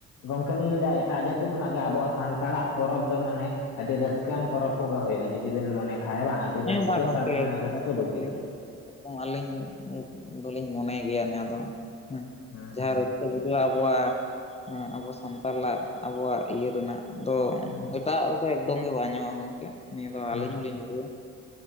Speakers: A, on the left (about 80°); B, on the left (about 20°).
A: ᱜᱚᱝᱠᱮ ᱞᱤᱧ ᱞᱟᱹᱭᱮᱫᱟ ᱮᱴᱟᱜ ᱡᱟᱹᱛᱤ ᱡᱚᱛᱚ ᱠᱷᱚᱱᱟᱜ ᱜᱮ ᱟᱵᱚᱣᱟᱜ ᱥᱟᱱᱛᱟᱲᱟᱜ ᱯᱚᱨᱚᱵᱽ ᱫᱚ ᱢᱟᱱᱮ ᱟᱹᱰᱤ ᱨᱟᱹᱥᱠᱟᱹᱣᱟᱱ ᱯᱚᱨᱚᱵᱽ ᱠᱚᱜᱮ ᱦᱩᱭᱩᱜᱼᱟ᱾ ᱡᱩᱫᱤ ᱡᱩᱫᱤ ᱵᱮᱱ ᱢᱚᱱᱮ ᱠᱷᱟᱡ ᱵᱟᱝ ᱟᱹᱰᱤ
B: ᱦᱮᱸ
A: ᱨᱟᱹᱥᱠᱟᱹ
B: ᱵᱟᱝ ᱜᱚᱝᱠᱮ
A: ᱥᱟᱞᱟᱜ ᱢᱟᱱᱮ
B: ᱮᱠᱫᱚᱢ
A: ᱨᱟᱹᱥᱠᱟᱹ
B: ᱮᱠᱫᱚᱢ
A: ᱵᱩᱡᱷᱟᱹᱜᱼᱟ
B: ᱟᱹᱞᱤᱧ
A: ᱟᱨᱠᱤ ᱾
B: ᱮᱠᱫᱚᱢ ᱟᱹᱞᱤᱧ ᱫᱚᱞᱤᱧ ᱢᱚᱱᱮ ᱜᱮᱭᱟ ᱚᱱᱟ ᱫᱚ ᱦᱮᱸ
A: ᱦᱩᱸ
B: ᱡᱟᱦᱟᱸ
A: ᱦᱩᱸ
B: ᱨᱟᱹᱥᱠᱟᱹ ᱵᱩᱡᱷᱟᱹᱣ ᱟᱵᱚᱣᱟᱜ ᱟᱵᱚ ᱥᱟᱱᱛᱟᱲᱟᱜ ᱟᱵᱚᱣᱟᱜ ᱤᱭᱟᱹ ᱨᱮᱱᱟᱜ ᱫᱚ
A: ᱦᱩᱸ
B: ᱮᱴᱟᱜ ᱮᱠᱫᱚᱢ ᱜᱮ ᱵᱟᱝ ᱧᱟᱢᱚᱜᱼᱟ ᱜᱚᱝᱠᱮ ᱱᱤᱭᱟᱹ ᱫᱚ
A: ᱦᱩᱸ
B: ᱟᱹᱞᱤᱧ ᱦᱚᱞᱤᱧ ᱞᱟᱹᱭᱟ ᱾